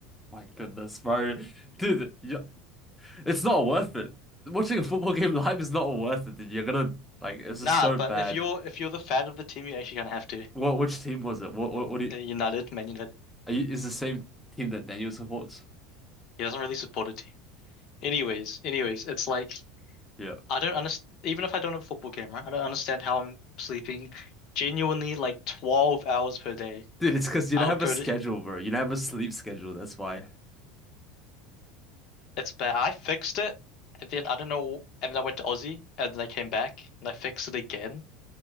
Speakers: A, in the centre; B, on the left.
A: My goodness, bro. Dude, yeah, it's not worth it. Watching a football game live is not worth it, dude. You're gonna like it's
B: Nah,
A: just so
B: but
A: bad.
B: if you're if you're the fan of the team, you're actually gonna have to.
A: What which team was it? What what what do you,
B: Uh, United, Man United.
A: are you is the same team that Daniel supports?
B: He doesn't really support a team. Anyways, anyways, it's like
A: Yeah.
B: I don't understand. Even if I don't have a football game, right? I don't understand how I'm sleeping genuinely like 12 hours per day.
A: Dude, it's because you
B: I'll
A: don't have
B: go
A: a schedule,
B: to,
A: bro. You don't have a sleep schedule, that's why.
B: it's bad. I fixed it, and then I don't know. And then I went to Aussie, and then I came back, and I fixed it again,